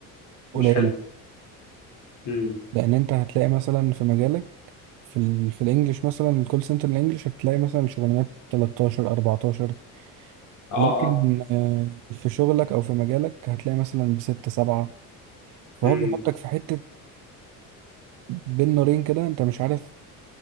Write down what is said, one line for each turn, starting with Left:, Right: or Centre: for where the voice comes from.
Right: قليلة
Left: مش حلو امم
Right: لان انت هتلاقي مثلا في مجالك في ال... في الانجليش مثلا الكول سنتر الانجليش هتلاقي مثلا شغلانات 13 14
Left: اه
Right: لكن
Left: اه
Right: آه، في شغلك او في مجالك هتلاقي مثلا بستة سبعة فهو
Left: امم.
Right: بيحطك في حتة بين نارين كده انت مش عارف